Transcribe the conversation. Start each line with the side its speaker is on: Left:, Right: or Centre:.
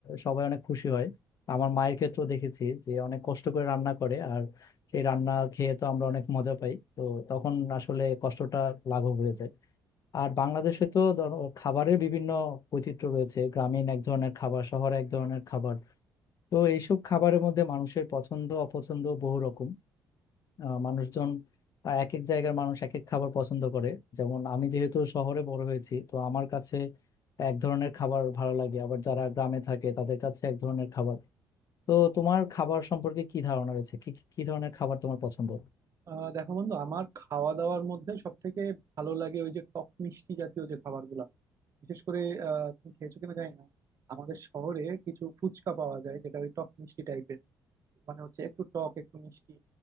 Left: সবাই অনেক খুশি হয় আমার মায়ের ক্ষেত্রেও দেখেছি যে অনেক কষ্ট করে রান্না করে আর সেই রান্না খেয়ে তো আমরা অনেক মজা পাই তো তখন আসলে কষ্টটা লাঘব হয়ে যায় আর বাংলাদেশে তো ধরো খাবারের বিভিন্ন বৈচিত্র্য রয়েছে গ্রামীণ এক ধরনের খাবার শহরে এক ধরনের খাবার তো এইসব খাবারের মধ্যে মানুষের পছন্দ অপছন্দ বহু রকম আহ, মানুষজন আহ, এক এক জায়গার মানুষ এক এক খাবার পছন্দ করে যেমন আমি যেহেতু শহরে বড় হয়েছি তো আমার কাছে এক ধরনের খাবার ভালো লাগে আবার যারা গ্রামে থাকে তাদের কাছে এক ধরনের খাবার তো তোমার খাবার সম্পর্কে কি ধারণা রয়েছে কি কি কি ধরনের খাবার তোমার পছন্দ
Right: আহ দেখো বন্ধু আমার খাওয়া দাওয়ার মধ্যে সব থেকে ভালো লাগে ওই যে টক মিষ্টি জাতীয় যে খাবারগুলো বিশেষ করে আহ তুমি খেয়েছো কিনা জানি না আমাদের শহরে কিছু ফুচকা পাওয়া যায় যেটা ওই টক মিষ্টি টাইপের মানে হচ্ছে একটু টক একটু মিষ্টি